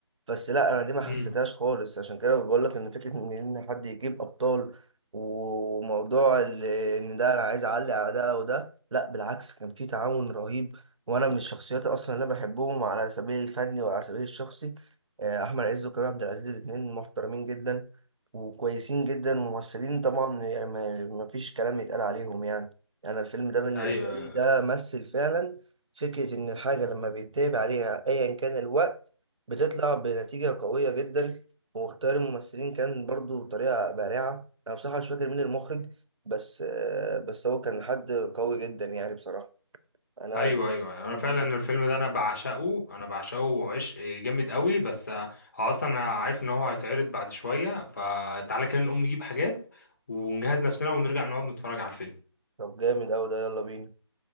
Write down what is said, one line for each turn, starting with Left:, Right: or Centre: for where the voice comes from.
Right: بس لا انا دي ما
Left: امم
Right: حسيتهاش خالص عشان كده بقول لك ان فكره ان ان حد يجيب ابطال وموضوع ال- ان ده انا عايز اعلي على ده او ده لا بالعكس كان في تعاون رهيب وانا من الشخصيات اصلا اللي أنا بحبهم على سبيل الفني وعلى سبيل الشخصي آه، احمد عز وكريم عبد العزيز الاثنين محترمين جدا وكويسين جدا وممثلين طبعا يعني ما ما فيش كلام يتقال عليهم يعني يعني الفيلم ده بالنسبه
Left: ايوه
Right: لي ده مثل فعلا فكره ان الحاجه لما بيتابع عليها ايا كان الوقت بتطلع بنتيجة قوية جدا واختيار الممثلين كان برضو بطريقة بارعة أنا بصراحة مش فاكر مين المخرج بس آه، بس هو كان حد قوي جدا يعني بصراحة أنا
Left: ايوه
Right: الفيلم
Left: ايوه أيوه. انا فعلا
Right: دي
Left: الفيلم ده انا بعشقه انا بعشقه عشق جامد قوي بس هو اصلا انا عارف ان هو هيتعرض بعد شويه فتعالى كده نقوم نجيب حاجات ونجهز نفسنا ونرجع نقعد نتفرج على الفيلم
Right: طب جامد أوي ده يلا بينا